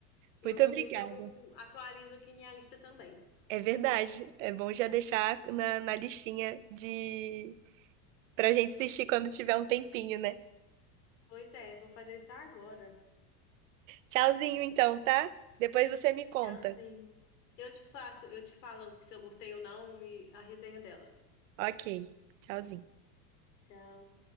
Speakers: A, on the left (about 80°); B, on the right (about 55°).
A: Eu
B: Muito
A: vou
B: obrigada.
A: ver se eu atualizo aqui minha lista também.
B: É verdade. É bom já deixar na, na listinha de pra gente assistir quando tiver um tempinho, né?
A: Pois é, vou fazer isso agora.
B: Tchauzinho então, tá? Depois você me conta.
A: Tchauzinho. Eu te faço, eu te falo se eu gostei ou não e a resenha delas.
B: Ok. Tchauzinho.
A: Tchau.